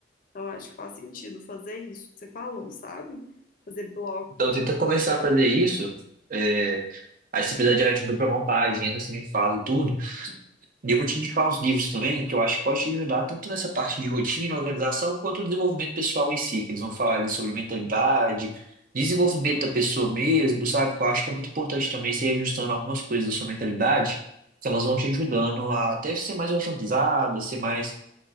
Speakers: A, on the left; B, on the right.
A: Então eu acho que faz sentido fazer isso que você falou, sabe? Fazer blocos
B: Então tenta começar a fazer isso. é, Aí se precisar de ajuda para montar a agenda, você me fala e tudo. E eu vou te indicar uns livros também que eu acho que pode te ajudar tanto nessa parte de rotina, organização, quanto no desenvolvimento pessoal em si, que eles vão falar ali sobre mentalidade, desenvolvimento da pessoa mesmo, sabe? Que eu acho que é muito importante também você ir ajustando algumas coisas da sua mentalidade, que elas vão te ajudando a até ser mais organizada, ser mais,